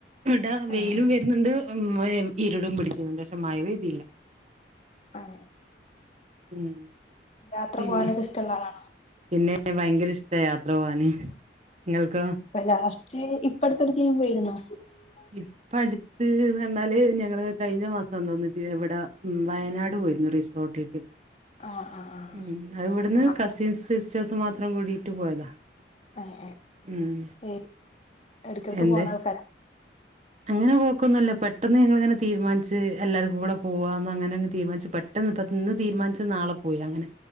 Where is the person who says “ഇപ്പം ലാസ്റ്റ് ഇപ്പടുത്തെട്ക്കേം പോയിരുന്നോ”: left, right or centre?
Left